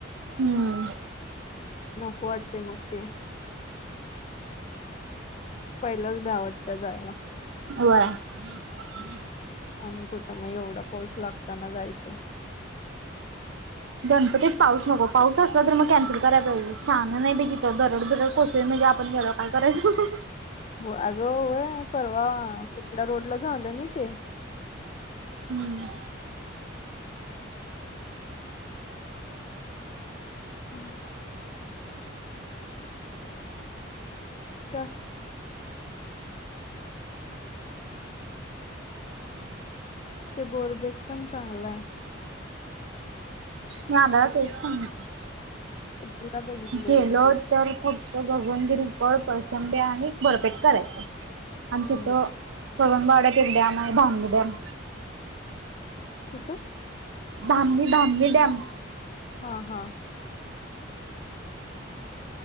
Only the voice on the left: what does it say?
नको वाटते मग. पहिलाच भ्या वाटत्या जायला.
आणि कुठं म एवढा पाऊस लागताना जायच.
हो अगंय परवा कुठल्या रोड ला झालं नाही ते.
<inaudible> का. ते बोरबेट पण चांगलाय हाय.
तिला बघितले
तिथे
हम्म
कुठं?
हा हा.